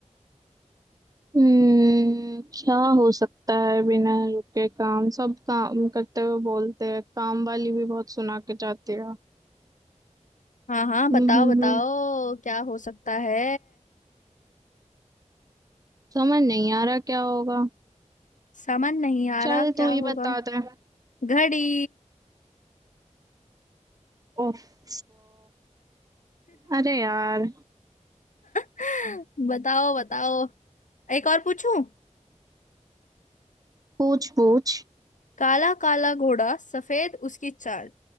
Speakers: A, on the right (about 30°); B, on the left (about 85°).
A: हम्म क्या हो सकता है बिना रुके काम सब काम करते हुए बोलते हैं काम वाली भी बहुत सुना के जाती
B: हाँ हाँ
A: है
B: बताओ बताओ क्या हो सकता है
A: समझ नहीं आ रहा क्या होगा
B: समझ नहीं आ
A: चल
B: रहा क्या
A: तू
B: होगा
A: ही बता दे
B: घड़ी
A: ओफ अरे यार
B: <laughs> बताओ बताओ एक और पूछूं
A: पूछ पूछ
B: काला काला घोड़ा सफेद उसकी चाल